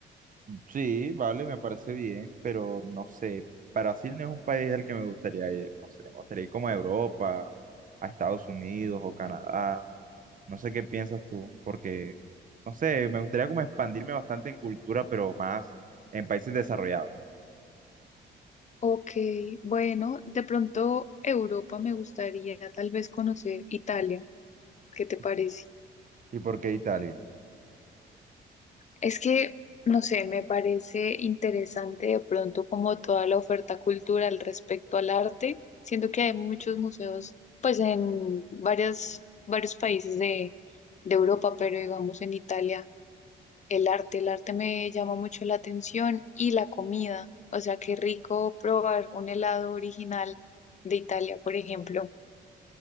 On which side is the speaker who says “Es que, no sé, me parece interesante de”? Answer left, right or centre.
Left